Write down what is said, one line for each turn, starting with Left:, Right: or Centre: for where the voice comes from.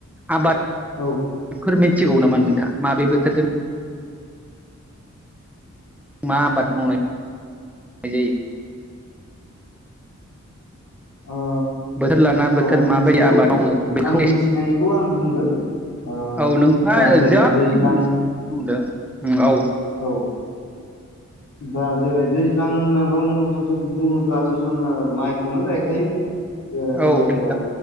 Centre: आबाद
Left: औ
Centre: फोर मिथिगौ नामा नोंथाङा माबे बोथोरजों मा आबाद मावनाय जायो
Left: ओ
Centre: बोथोर लाना
Left: औ
Centre: बोथोर माबायदि
Left: मिथिगौ
Centre: आबाद मावो बेखौ
Left: आं मिथिनायखौ
Centre: एसे
Left: आं बुंगोन ओ
Centre: औ नोंथाङा
Left: दा जेरै
Centre: जा
Left: दैज्लां
Centre: बुंदों औ
Left: औ
Centre: <unintelligible>
Left: दा जेरै दैज्लां होनना बुङोब्लाथ' जोङो माइखौनो गायखायो जेरैहाय
Centre: औ दे
Left: ओ